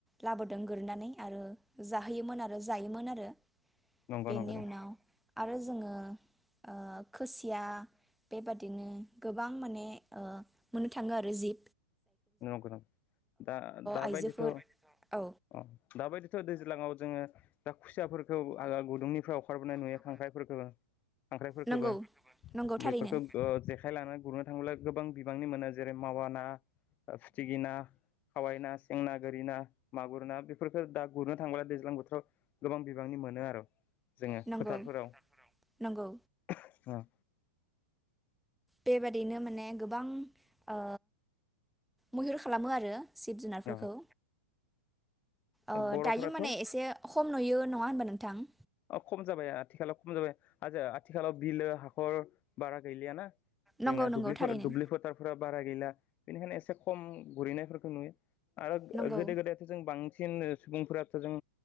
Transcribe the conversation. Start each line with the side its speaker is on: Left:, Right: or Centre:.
Centre: लाबोदों गोरनानै आरो जाहोयोमोन आरो जायोमोन आरो
Left: नंगौ
Centre: बेनि
Left: नंगौ नोंथां
Centre: उनाव आरो जोङो ओ खुसिया बेबादिनो गोबां माने ओ मोननो थाङो आरो जि
Left: नंगो नंगो दा दाबायदिथ'
Centre: आइजोफोर औ
Left: अ दाबायदिथ' दैज्लाङाव जोङो दा खुसियाफोरखौ आङा गुदुंनि फोराव ओंखारबोनाय नुयो खांख्राइफोरखोनो खांख्राइफोरखोबो
Centre: नंगौ नंगौ थारैनो
Left: बेफोरखौ ओ जेखाय लानानै गुरनो थाङोब्ला गोबां बिबांनि मोनो। जेरै मावा ना ओ फिथिगि ना, खावै ना, सें ना, गोरि ना, मागुर ना। बेफोरखो दा गुरनो थाङोब्ला दैज्लां बोथोराव गोबां बिबांनि मोनो आरो जोङो
Centre: नंगौ
Left: फोथारफोराव उम।
Centre: नंगौ बेबादिनो माने गोबां ओ मैहुर खालामो आरो जिब जुनारफोरखौ।
Left: ओ
Centre: ओ
Left: बर'फोराथ'
Centre: दायो माने एसे खम नुयो नङा होनबा नोंथां?
Left: अ खम जाबाय आथिखालाव खम जाबाय आ आथिखालाव बिलो हाखर बारा गैलियाना। जोंना
Centre: नंगौ
Left: दुब्लिफोर
Centre: नंगौ थारैनो
Left: दुब्लि फोथारफोरा बारा गैला बेनिखायनो एसे खम गुरहैनायफोरखौ नुयो आरो
Centre: नंगौ
Left: गोदो गोदायथ' जों बांसिन सुबुंफोराथ' जों